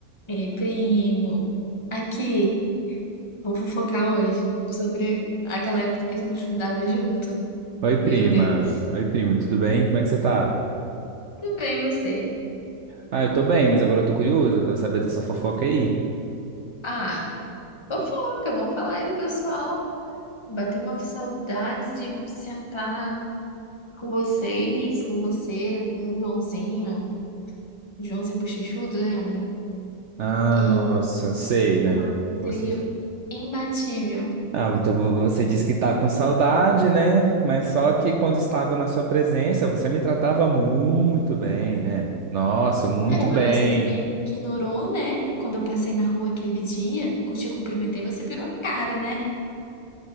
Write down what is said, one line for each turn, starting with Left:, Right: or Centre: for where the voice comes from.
Left: Ei, primo, aqui, vou fofocar hoje sobre aquela época que a gente estudava junto.
Right: Oi, prima.
Left: Meu Deus.
Right: Oi, primo, tudo bem? Como é que você tá?
Left: Tudo bem, você?
Right: Ah, eu tô bem, mas agora eu tô curioso, eu quero saber dessa fofoca aí.
Left: Ah, fofoca, vamos falar aí do pessoal. Bateu uma saudade de sentar com vocês, com você, com o Joãozinho, Joãozinho Bochechudo, lembra?
Right: Ah,
Left: E
Right: nossa, sei,
Left: a gente
Right: né?
Left: formava um trio
Right: Você...
Left: imbatível.
Right: Ah, então vo- você disse que tá com saudade, né? Mas só que quando estava na sua presença, você me tratava muito bem, né? Nossa, muito
Left: É,
Right: bem.
Left: mas você também ignorou, né? Quando eu passei na rua aquele dia, eu te cumprimentei, você virou a cara, né?